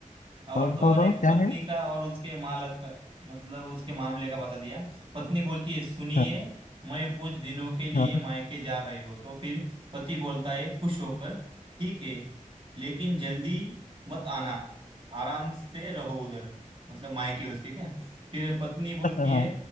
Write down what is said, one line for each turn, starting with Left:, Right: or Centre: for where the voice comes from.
Right: और
Left: तो
Right: तो
Left: तो
Right: और
Left: तो
Right: एक
Left: क्या
Right: पत्नी
Left: है
Right: का और उसके मालक मतलब उसके मामले का बता दिया पत्नी बोलती है सुनिए
Left: हाँ
Right: मैं कुछ दिनों के लिए
Left: हाँ
Right: मायके जा रही हूँ तो फिर पति बोलता है खुश होकर ठीक है लेकिन जल्दी मत आना आराम से रहो उधर मतलब मायके उसके क्या फिर पत्नी बोलती
Left: हाँ
Right: है